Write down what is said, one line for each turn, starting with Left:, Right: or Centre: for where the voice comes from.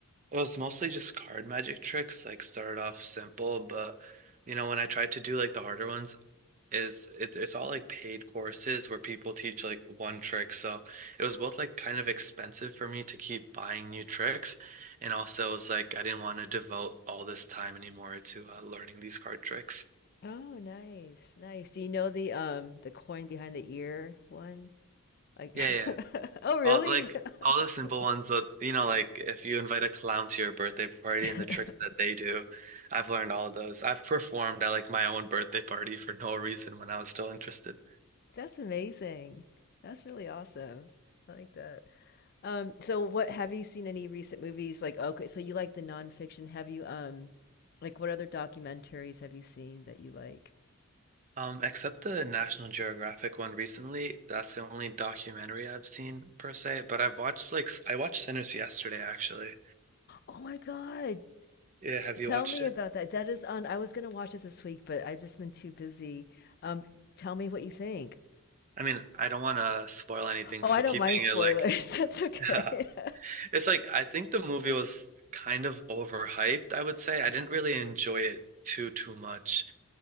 Right: It was mostly just card magic tricks, like started off simple, but you know, when I tried to do like the harder ones, is it, it's all like paid courses where people teach like one trick. So it was both like kind of expensive for me to keep buying new tricks, and also it was like I didn't want to devote all this time anymore to uh, learning these card tricks.
Left: Oh, nice. Nice. Do you know the um the coin behind the ear one? Like
Right: Yeah, yeah.
Left: <laughs> Oh, really?
Right: All like
Left: <laughs>
Right: all
Left: That's
Right: the simple
Left: cool.
Right: ones that you know, like if you invite a clown to your birthday party
Left: <laughs>
Right: and the tricks that they do, I've learned all of those. I've performed at like my own birthday party for no reason when I was still interested.
Left: That's amazing. That's really awesome. I like that. Um, so what have you seen any recent movies like okay, so you like the nonfiction. Have you um like what other documentaries have you seen that you like?
Right: Um, except the National Geographic one recently. That's the only documentary I've seen per se, but I've watched like s- I watched Sinners yesterday actually.
Left: Oh my God.
Right: Yeah, have you
Left: Tell
Right: watched
Left: me
Right: it?
Left: about that. That is on I was gonna watch it this week, but I've just been too busy. Um, tell me what you think.
Right: I mean, I don't want to spoil anything,
Left: Oh,
Right: so
Left: I don't
Right: keeping
Left: mind spoilers.
Right: it like
Left: <laughs> That's okay.
Right: <laughs>
Left: <laughs>
Right: It's like I think the movie was kind of overhyped, I would say. I didn't really enjoy it too too much.